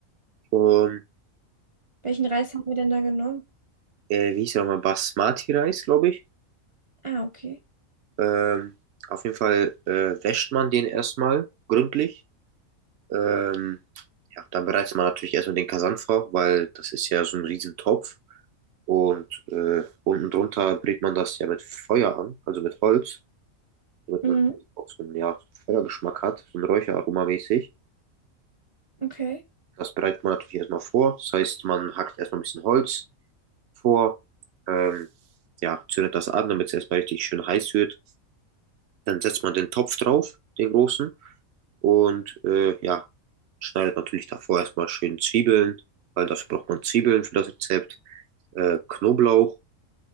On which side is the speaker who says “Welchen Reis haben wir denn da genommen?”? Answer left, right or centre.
Right